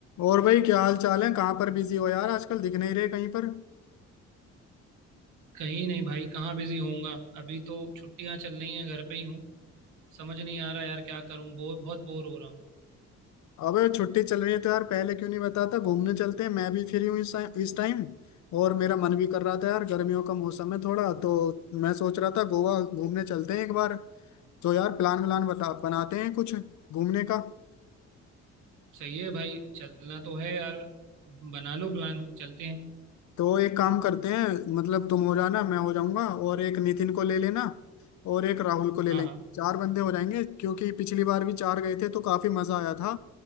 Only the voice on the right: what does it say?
कहीं नहीं भाई कहाँ बिजी होऊंगा अभी तो छुट्टियां चल रही हैं घर पे ही हूँ समझ नहीं आ रहा यार क्या करूँ बोर बहुत बोर हो रहा हूँ
सही है भाई चलना तो है यार बना लो प्लान चलते हैं
हाँ
हाँ